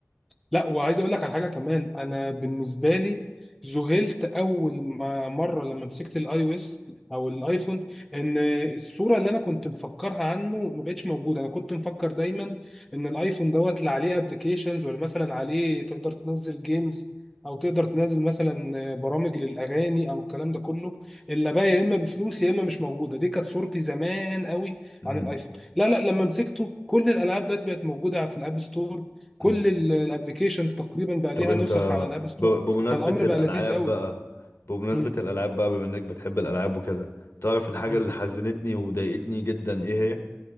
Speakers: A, in the centre; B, on the left (about 55°).
A: لا وعايز اقول لك على حاجه كمان انا بالنسبه لي ذهلت اول ما مره لما مسكت الاي او اس او الايفون ان الصوره اللي انا كنت مفكرها عنه ما بقتش موجوده انا كنت مفكر دايما ان الايفون دوت اللي عليه ابلكيشنز ولا مثلا عليه تقدر تنزل جيمز او تقدر تنزل مثلا برامج للاغاني او الكلام ده كله اللي بقى يا اما بفلوس يا اما مش موجوده دي كانت صورتي زمان قوي
B: مم.
A: عن الايفون لا لا لما مسكته كل الالعاب دلوقتي بقت موجوده في الاب ستور كل
B: مم.
A: الابلكيشنز تقريبا بقى
B: طب
A: ليها
B: انت
A: نسخ على الاب ستور
B: ب- بمناسبة
A: فالامر
B: الالعاب
A: بقى لذيذ قوي
B: بقى بمناسبة
A: مم.
B: الالعاب بقى بما انك بتحب الالعاب وكده تعرف الحاجة
A: مم.
B: اللي حزنتني وضايقتني جدا ايه هي